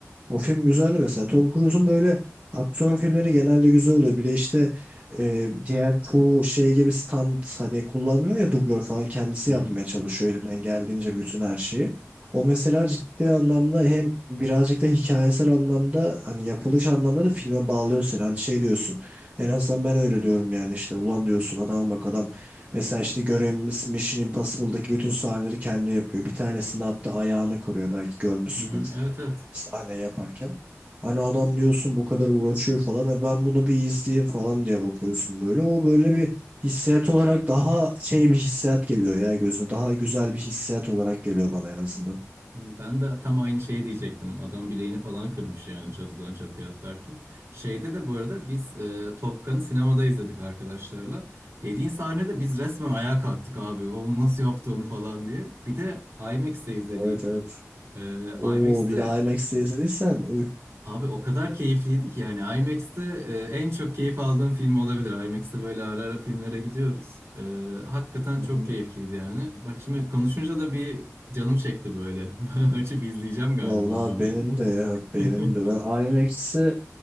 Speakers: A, on the right; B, on the right.
A: O film güzeldi mesela. Tom Cruise'un böyle aksiyon filmleri genelde güzel oluyor. Bir de işte e, diğer çoğu şey gibi stand hani kullanmıyor ya dublör falan kendisi
B: Hı hı.
A: yapmaya çalışıyor elinden geldiğince bütün her şeyi. O mesela ciddi anlamda hem birazcık da hikayesel anlamda hani yapılış anlamda da filme bağlıyor seni. Hani şey diyorsun en azından ben öyle diyorum yani işte ulan diyorsun adama bak adam mesela işte görevimiz Mission Impossible'daki bütün sahneleri kendi yapıyor. Bir tanesini hatta ayağını kırıyor belki görmüşsündür
B: Hı hı. Evet evet.
A: sahne yaparken. Hani adam diyorsun bu kadar uğraşıyor falan. E ben bunu bir izleyeyim falan diye bakıyorsun böyle. O böyle bir hissiyat olarak daha şey bir hissiyat geliyor ya gözüne. Daha güzel bir hissiyat olarak geliyor bana en azından.
B: Ben de tam aynı şeyi diyecektim. Adam bileğini falan kırmış yani çatıdan çatıya atlarken. Şeyde de bu arada biz e, Top Gun'ı sinemada izledik arkadaşlarla. Dediğin sahnede biz resmen ayağa kalktık abi. O nasıl yaptı onu falan diye. Bir de IMAX'te izlediydik.
A: Evet evet.
B: E,
A: Oo
B: IMAX'te
A: bir de IMAX'te izlediysen. Uy.
B: Abi o kadar keyifliydi ki yani IMAX'te e, en çok keyif aldığım film olabilir. IMAX'te böyle ara ara filmlere gidiyoruz. E, hakikaten
A: Hı
B: çok
A: hı.
B: keyifliydi yani. Bak şimdi konuşunca da bir canım çekti böyle. <laughs> Açıp izleyeceğim galiba
A: Vallahi
B: abi.
A: benim de ya benim
B: <laughs>
A: de. Ben IMAX'i